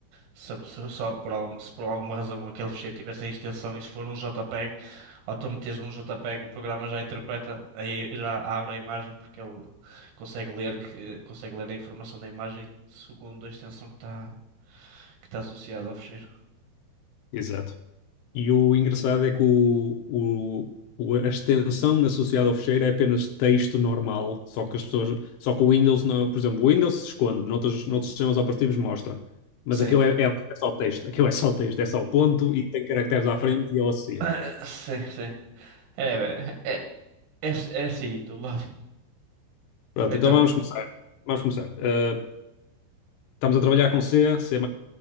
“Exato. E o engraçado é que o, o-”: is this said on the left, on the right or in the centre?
Left